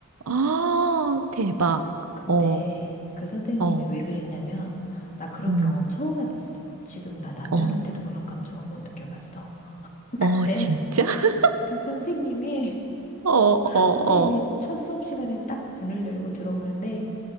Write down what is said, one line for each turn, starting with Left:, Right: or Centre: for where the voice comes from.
Right: 아, 대박.
Left: 근데
Right: 어,
Left: 그 선생님이
Right: 어,
Left: 왜 그랬냐면, 나 그런
Right: 음,
Left: 경험 처음 해봤어. 지금 나 남편한테도
Right: 어,
Left: 그런 감정은 못 느껴봤어. <laughs>
Right: 어,
Left: 근데
Right: 진짜? <laughs>
Left: 그 선생님이,
Right: 어, 어,
Left: <laughs> 선생님이 첫 수업 시간에 딱 문을 열고 들어오는데,